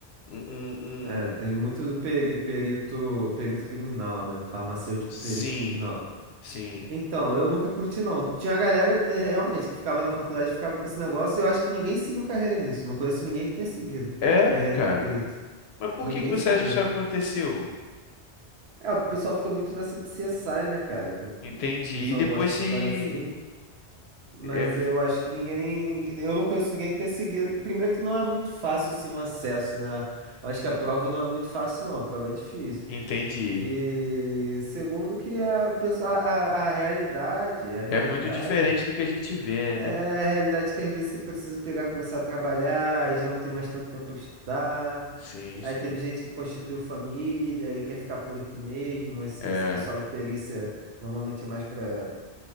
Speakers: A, on the left; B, on the right.
A: um, um- um
B: É, tem muito do peri- perito, perito criminal, né? Farmacêutico
A: Sim,
B: perito criminal.
A: sim.
B: Então, eu nunca curti, não. Tinha a galera, é, realmente, que ficava na faculdade, ficava com esse negócio, e eu acho que ninguém seguiu carreira nisso. Não conheço ninguém que tenha seguido
A: É,
B: carreira
A: cara.
B: de perito.
A: Mas por
B: Ninguém
A: que que você
B: seguiu.
A: acha que isso aconteceu?
B: É, o pessoal fica muito nessa de CSI, né, cara? O
A: Entendi.
B: pessoal
A: E depois
B: gosta
A: se.
B: dessa parada assim. Mas
A: é, v-
B: eu acho que ninguém, ninguém- Eu não conheço ninguém que tenha seguido. Primeiro que não é muito fácil assim o acesso, né? Eu acho que a prova não é muito fácil, não. A prova é difícil.
A: entendi.
B: E segundo que a, pessoa, a, a a realidade, a realidade.
A: É muito diferente do que a gente vê,
B: É
A: né?
B: a realidade que às vezes você precisa pegar, começar a trabalhar e já não tem mais tanto tempo para estudar.
A: Sim,
B: Aí
A: sim.
B: teve gente que constituiu família e quer ficar por aqui mesmo. Esse,
A: É,
B: esse pessoal de perícia normalmente é mais para